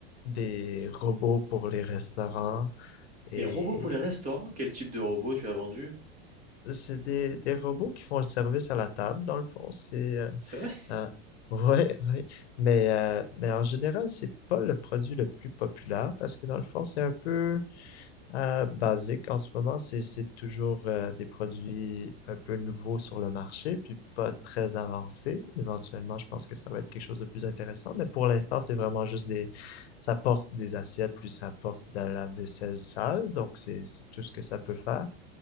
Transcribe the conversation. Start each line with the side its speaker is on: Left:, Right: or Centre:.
Left: des robots pour les restaurants.
Right: Des
Left: Et
Right: robots pour les restaurants? Quel type de robot tu as vendu?
Left: c'est des, des robots qui font le service à la table, dans le fond. C'est, euh,
Right: C'est vrai?
Left: euh, <laughs> ouais, ouais. Mais, euh, mais en général, c'est pas le produit le plus populaire parce que dans le fond, c'est un peu Euh, basique en ce moment, c'est c'est toujours euh, des produits un peu nouveaux sur le marché, puis pas très avancés. Éventuellement, je pense que ça va être quelque chose de plus intéressant, mais pour l'instant, c'est vraiment juste des... Ça porte des assiettes, puis ça porte de la vaisselle sale, donc c'est c'est tout ce que ça peut faire.